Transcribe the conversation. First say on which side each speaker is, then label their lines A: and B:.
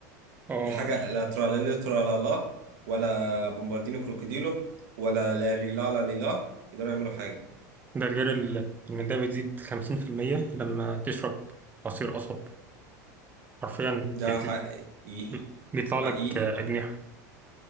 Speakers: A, on the right; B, on the right.
A: اه
B: دي حاجه لا تراليلي ترالالا ولا بومباردينو كروكوديلو ولا لا ريلا لا ليلا يقدروا يعملوا حاجه
A: ده غير ال- إن ده بتزيد 50% لما تشرب عصير قصب حرفيا
B: ده
A: بت-
B: حقيقي
A: بت- بيطلع لك
B: حقيقي
A: أجنحة